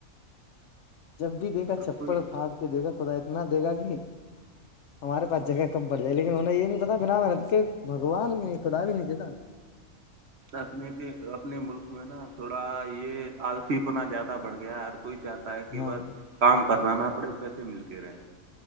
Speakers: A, on the left; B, on the right.
A: جگہ جب بھی دے گا
B: ہر
A: چپل
B: کوئی
A: پھاڑ کے دے گا خدا اتنا دے گا کہ- کم پڑ جائے لیکن انہیں یہ نہیں پتا بنا میں نے تو بگوان بھی نہیں خدا بھی نہیں دیتا-
B: اپنے اپنے ملک میں نا تھوڑا یہ آلف پناہ زیادہ بڑھ گیا ہے ہر کوئی- چاہتا ہے کہ
A: ہاں
B: بس کام کرنا نہ پڑے پیسے ملتے رہے-